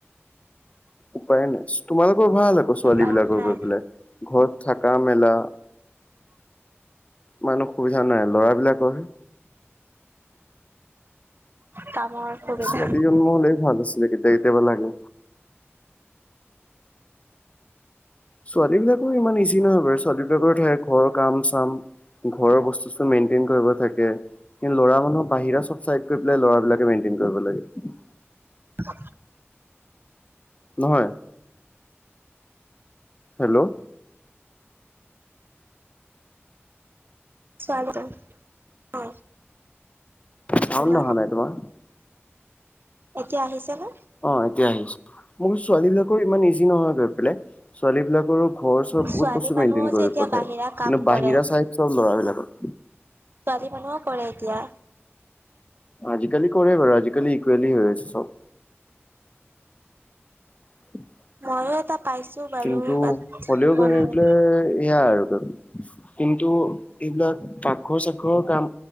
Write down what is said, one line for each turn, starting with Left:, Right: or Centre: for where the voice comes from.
Left: উপায় নাই তোমালোকৰ ভাল আকৌ ছোৱালী
Right: উপায়টো
Left: বিলাকৰ
Right: নাই
Left: গৈ পেলাই ঘৰত থকা মেলা। ইমান অসুবিধা নাই লৰাবিলাকৰহে।
Right: কামৰ সুবিধা
Left: ছোৱালী জন্ম হলেই ভাল আছিলে কেতিয়া কেতিয়াবা লাগে। ছোৱালী বিলাকো ইমান ইজি নহয় বাৰু ছোৱালী বিলাকৰ থাকে ঘৰৰ কাম চাম ঘৰৰ বস্তু চষ্টো মেইনটেইন কৰিব, থাকে কিন্তু ল'ৰা মানুহৰ বাহিৰা চব চাইদ গৈ পেলাই লৰাবিলাকে মেইটেইন কৰিব লাগে।
Right: <unintelligible>
Left: নহয়। হেল্ল',
Right: স্বাগতম অ
Left: চাউণ্ড
Right: হেল্ল,
Left: অহা নাই তোমাৰ
Right: এতিয়া আহিছে নে।
Left: অ এতিয়া আহিছে মোৰ ছোৱালী বিলাকৰ ইমান ইজি নহয় গৈ পেলাই। ছোৱালী বিলাকৰো ঘৰ চৰ বহুত
Right: ছোৱালী
Left: বস্তু
Right: মানুহো
Left: মেইনটেইন কৰি
Right: যে এতিয়া
Left: পঠায়
Right: বাহিৰা কাম
Left: কিন্তু
Right: কৰে।
Left: বাহিৰা চাইদ। চব লৰা বিলাকৰ।
Right: ছোৱালী মানুহও কৰে এতিয়া।
Left: আজিকালি কৰে বাৰু আজিকালি ইকুৱেলি হৈ আছে চব। <inaudible>
Right: ময়ো এটা পাইছো, বাৰু
Left: কিন্তু
Right: বাট
Left: হলেও
Right: মন
Left: গৈ
Right: নাই
Left: পেলাই। এয়া আৰু কিন্তু এইবিলাক পাকঘৰ চাকঘৰৰ কাম